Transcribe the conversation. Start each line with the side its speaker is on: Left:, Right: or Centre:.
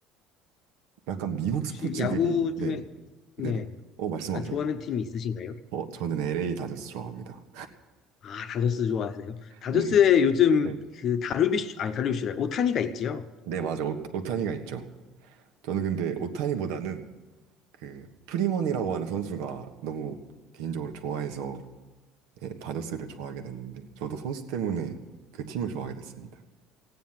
Right: 약간 미국
Left: 혹시
Right: 스포츠들이
Left: 야구
Right: 네,
Left: 중에 네,
Right: 네네. 어, 말씀하세요.
Left: 아, 좋아하는 팀이 있으신가요?
Right: 어, 저는 LA 다저스 좋아합니다.
Left: 아, 다저스 좋아하세요? 다저스에
Right: <laughs> 네,
Left: 요즘
Right: 네.
Left: 그 다루비쉬 아니 다루비쉬래 오타니가 있지요.
Right: 네, 맞아. 오, 오타니가 있죠. 저는 근데 오타니보다는 그 프리먼이라고 하는 선수가 너무 개인적으로 좋아해서 예, 다저스를 좋아하게 됐는데 저도 선수 때문에 그 팀을 좋아하게 됐습니다.